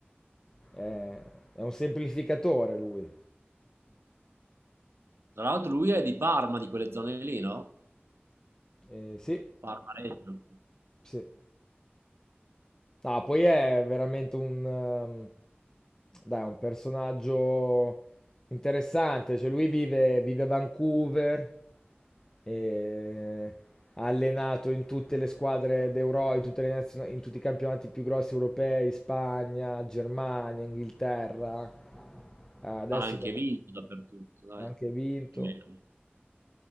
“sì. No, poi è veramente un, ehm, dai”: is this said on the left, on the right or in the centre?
Left